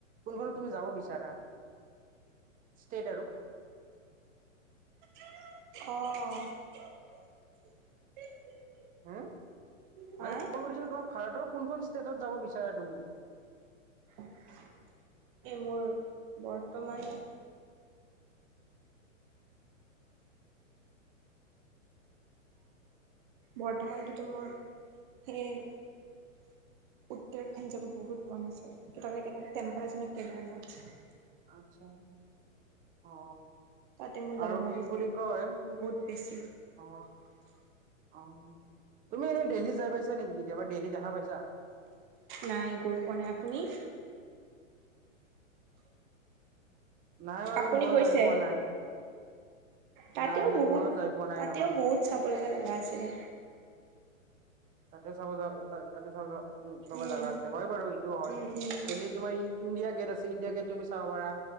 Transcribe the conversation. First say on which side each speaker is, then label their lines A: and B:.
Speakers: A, on the right; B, on the right.
A: কোনখনত তুমি যাব বিচাৰা আৰু ষ্টেট আৰু।
B: অ
A: উম
B: হা
A: মানেই সুধিছিলোঁ তোমাৰ ভাৰতৰ কোনখন ষ্টেটত যাব বিচাৰা তুমি।
B: <inaudible> এই মোৰ বৰ্তমান। বৰ্তমানটোতো মোৰ সেই। উত্তৰাখণ্ড যাব বহুত মন আছে কেটাবা কেইটাপ টেম্পাল আছে নহয় কেদাৰনাথ।
A: আছা অ।
B: তাতে মোৰ যাব
A: আৰু
B: মন
A: কি
B: আছে
A: বুলি
B: বহুত
A: কয়
B: বহুত বেছি
A: অ অ তুমি এনেই দেহল্লি যাই পাইছ নেকি কেতিয়াবা দেহল্লি দেখা পাইছা।
B: নাই গৈ পোৱা নাই আপুনি।
A: নাই বাৰু
B: আপুনি
A: ময়ো
B: গৈছে
A: যাই পোৱা নাই।
B: তাতেও
A: নাই নাই
B: বহুত
A: ময়ো যাই পোৱা নাই
B: তাতেও
A: ৰবা।
B: বহুত চাব লগা জেগা আছিলে।
A: তাতে চাব যাৱ তাতে চাব যাৱ উ লগৰ
B: উম
A: জাগা আছে হয় বাৰু সেইটোও হয়
B: উম উম
A: দেল্লিত তোমাৰ ইণ্ডিয়া। গেট আছে ইণ্ডিয়া গেট তুমি চাব পাৰা।